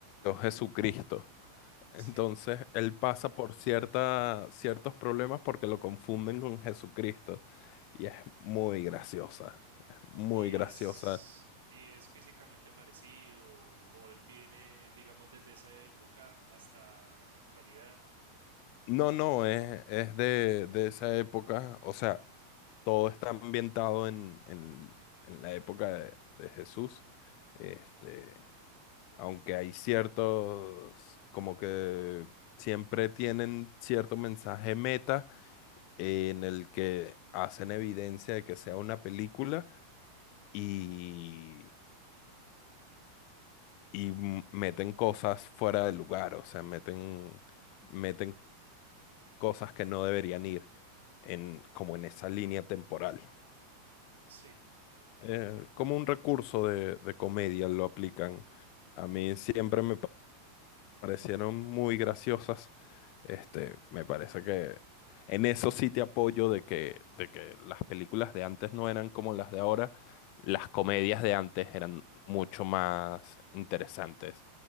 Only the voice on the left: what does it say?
Jesucristo. Entonces,
él pasa por cierta, ciertos problemas porque lo confunden con Jesucristo y es muy graciosa, es muy
graciosa
No, no, es, es de, de esa época, o sea, todo está ambientado en, en- en la época de, de Jesús, este, aunque hay ciertos, como que siempre tienen cierto mensaje meta eh, en el que hacen evidencia de que sea una película y, y m- meten cosas fuera de lugar, o sea, meten, meten cosas que no deberían ir. en, como en esa línea temporal.
Eh, como un recurso de, de comedia lo aplican. A mí siempre me pa- parecieron muy graciosas. Este, me parece que en eso sí te apoyo de que, de que las películas de antes no eran como las de ahora. Las comedias de antes eran mucho más interesantes.